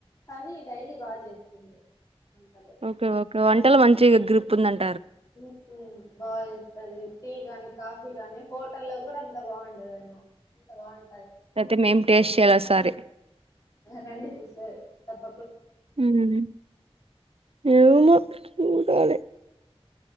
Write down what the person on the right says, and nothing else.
ఓకే ఓకే వంటలు మంచిగా గ్రిప్ ఉందం
అయితే మేం టేస్ట్ చేయాలిసారి
ఉ ఏమొ చూడాలి.